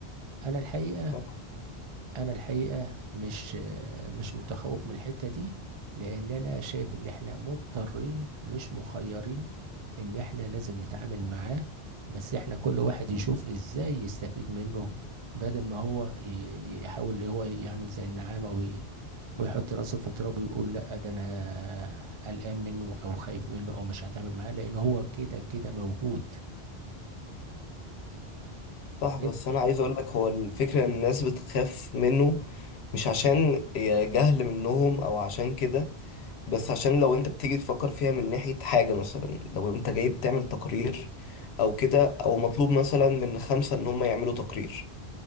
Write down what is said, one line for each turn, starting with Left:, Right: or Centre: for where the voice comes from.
Right: انا الحقيقه
Left: صح
Right: انا الحقيقه مش مش متخوف من الحته دي لان انا شايف ان احنا مضطرين مش مخيرين ان احنا لازم نتعامل معاه بس احنا كل واحد يشوف ازاي يستفيد منه بدل ما هو ي- يحاول اللي هو يعمل زي النعامه وي ويحط راسه في التراب ويقول لا ده انا قلقان منه او خايف منه او مش هتعامل معاه لان هو كده كده موجود
Left: صح، بس
Right: إن-
Left: انا عايز اقول لك هو الفكره ان الناس بتخاف منه مش عشان جهل منهم او عشان كده بس عشان لو انت بتيجي تفكر فيها من ناحية حاجة مثلا لو انت جاي بتعمل تقرير او كده او مطلوب مثلا من خمسة ان هم يعملوا تقرير